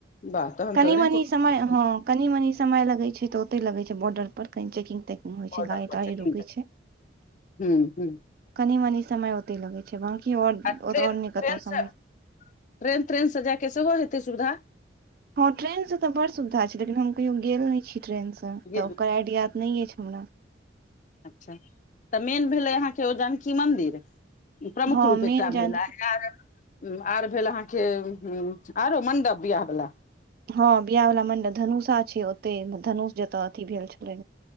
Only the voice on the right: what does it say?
कनि
मनी
समय हँ कनी मनी समय लगै छै तऽ ओतय लगै छै बॉर्डर पर कनि चेकिंग तेकिंग होइ
छै गाड़ी
ताड़ी
रुकै
कनी मनी समय ओतय लगै छै बाकी आओर
आओर
नहि
कतहु समय
हँ ट्रेनसँ त बड़ सुविधा छै लेकिन हम कहियो गेल नहि छी ट्रेनसँ त
ओकर आइडिया नहि अछि हमरा
हँ
मेन
जान
हँ बियाह वला मंडप धनुषा छै ओते धनुष तऽ अथी भेल छलै